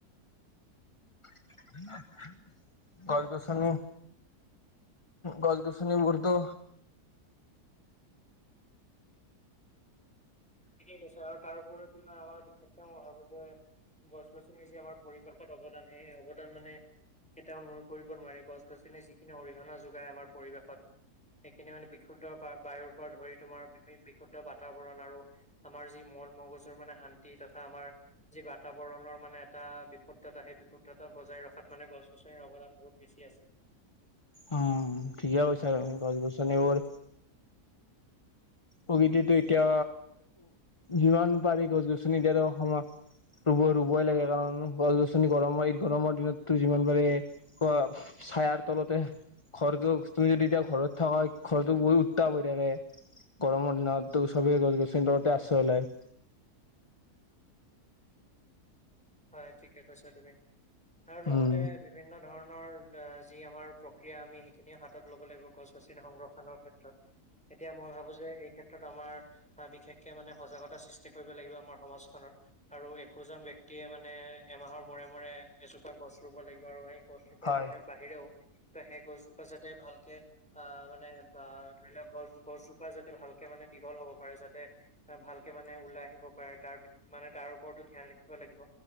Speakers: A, on the left; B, in the centre.
A: হ <inaudible> গছ গছনি গছ গছনি বোৰতো
B: ঠিকেই কৈছা তাৰ উপৰিও তোমাৰ আমাৰ বিশেষকে মই ভাবিছো গছ গছনি যি আমাৰ পৰিৱেশত অৱদান সেই অৱদান মানে কেতিয়াও নূৰ কৰিব নোৱাৰিব গছ গছনি যিখিনি অৰিহণা যোগাই আমাৰ পৰিৱেশত সেইখিনি মানে বিশুদ্ধ বা বায়ুৰ পৰা ধৰি তোমাৰ বিশুদ্ধ বাতাবৰণ আৰু আমাৰ যি মন মগজুৰ মানে শান্তি তথা আমাৰ যি বাতাবৰণৰ মানে এটা বিশুদ্ধতা সেই বিশুদ্ধতা বজাই ৰখাত মানে গছ গছনিৰ অৱদান বহুত বেছি আছে
A: অহ'। উম', ঠিকে কৈছা, গছ গছনিবোৰ প্ৰকৃতিতো এতিয়া যিমান পাৰি গছ গছনি এতিয়াতো অসমত ৰুব ৰুবই লাগে, কাৰণ গছ গছনি গৰমৰ এই গৰমৰ দিনতটো যিমান পাৰে ক' চায়াৰ তলতে ঘৰটো তুমি যদি এতিয়া ঘৰত থাকা, ঘৰটো বহুত উত্তাপ হৈ থাকে। গৰমৰ দিনত তো চবেই গছ গছনিৰ তলতেই আশ্ৰই লয়।
B: হয় ঠিকে কৈছা তুমি, আৰু
A: উম
B: লগতে বিভিন্ন ধৰণৰ যি আমাৰ প্ৰক্ৰিয়া, আমি সেইখিনিও হাতত ল'ব লাগিব, গছ গছনি সংৰক্ষণৰ ক্ষেত্ৰত। এতিয়া মই ভাবো যে এই ক্ষেত্ৰত আমাৰ আহ', বিশেষকে মানে সজাগতা সৃষ্টি কৰিব লাগিব আমাৰ সমাজখনৰ, আৰু একোজন বক্তি এতিয়া মানে এমাহৰ মূৰে মূৰে এজোপা গছ ৰুব লাগিব, আৰু উৰাই গছজোপাৰ
A: হয়
B: বাহিৰ বাহিৰেও ত সেই গছজোপা যাতে ভালকে আহ মানে আহ ধৰি লওক গছ গছজোপা যাতে ভালকে মানে দীঘল হ'ব পাৰে যাতে ভালকে মানে ওলাই আহিব পাৰে, তাৰ মানে তাৰ ওপৰতো ধ্যান ৰাখিব লাগিব,